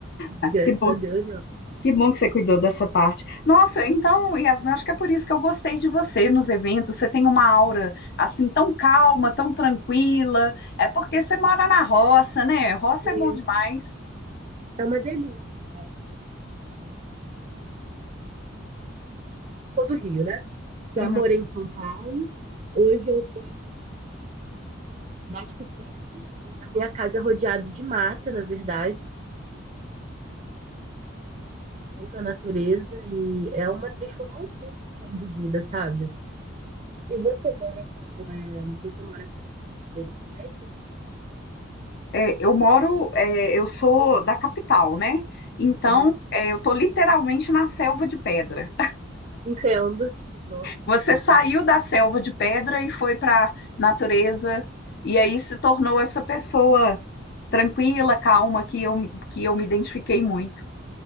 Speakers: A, on the left (about 55°); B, on the right (about 35°).
A: Ah,
B: Graças
A: que bom
B: a Deus, não.
A: Que bom que você cuidou da sua parte. Nossa, então, Yasmin, acho que é por isso que eu gostei de você nos eventos. Você tem uma aura assim tão calma, tão tranquila. É porque você mora na roça, né? Roça
B: E
A: é bom demais.
B: É uma delícia, cara. Eu sou do Rio, né? Já
A: Uhum.
B: morei em São Paulo. Hoje eu tô em cidade pequena e a minha casa é rodeada de mata, na verdade. na natureza e é uma transformação total de vida, sabe? E você mora como? É, você mora perto da natureza também? ou-
A: É, eu moro, é, eu sou da capital, né? Então,
B: Aham.
A: é, eu tô literalmente na selva de pedra.
B: Entendo. Nossa,
A: Você
B: eu sei
A: saiu
B: como é
A: da selva de pedra e foi para natureza e aí se tornou essa
B: que-
A: pessoa tranquila, calma
B: é.
A: que eu que eu me identifiquei muito.